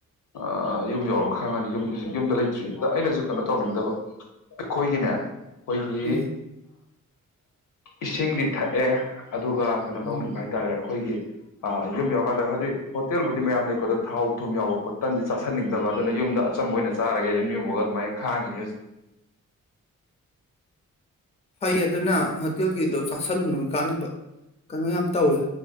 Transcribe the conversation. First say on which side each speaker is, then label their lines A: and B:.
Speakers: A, on the left (about 70°); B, on the left (about 20°).
A: ꯑ ꯌꯨꯝ ꯌꯧꯔꯒ ꯈꯪꯉꯅꯤ ꯌꯨꯝ ꯍꯧꯖꯤꯛ ꯌꯨꯝꯗ ꯂꯩꯇ꯭ꯔꯤ ꯑꯗ ꯑꯩꯅꯁꯨ ꯀꯩꯅꯣ ꯇꯧꯅꯤꯡꯗꯕ ꯑꯩꯈꯣꯏꯒꯤꯅꯦ ꯑꯩꯈꯣꯏꯒꯤ
B: ꯎꯝ
A: ꯏꯁꯤꯡꯗꯤ ꯊꯛꯑꯦ ꯑꯗꯨꯒ ꯀꯩꯅꯣ
B: ꯎꯝ
A: ꯇꯧꯅꯤꯡꯕ ꯍꯥꯏꯇꯥꯔꯦ ꯑꯩꯈꯣꯏꯒꯤ ꯑ ꯌꯨꯝ ꯌꯥꯎꯔꯀꯥꯟꯗ ꯍꯥꯏꯗꯤ ꯍꯣꯇꯦꯜꯕꯨꯗꯤ ꯃꯌꯥꯝ ꯂꯩꯀꯣꯗ ꯊꯥꯎ ꯊꯨꯝ ꯌꯥꯎꯕ ꯄꯣꯠ ꯇꯟꯁꯦ ꯆꯥꯥꯁꯟꯅꯤꯡꯗꯕ ꯑꯗꯨꯅ ꯌꯨꯝꯗ ꯑꯆꯝꯕ ꯑꯣꯏꯅ ꯆꯥꯔꯒꯦ ꯑꯗꯨ ꯌꯨꯝꯃꯒ ꯑꯗꯨꯃꯥꯏꯅ ꯈꯥꯡꯉꯤꯅꯤ ꯍꯧꯖꯤꯛ
B: ꯐꯩ ꯑꯗꯨꯅ ꯍꯣꯇꯦꯜꯒꯤꯗꯣ ꯆꯥꯥꯁꯜꯂꯨꯅ ꯀꯥꯟꯅꯕ ꯀꯩꯅꯣ ꯌꯥꯝ ꯇꯧꯋꯤ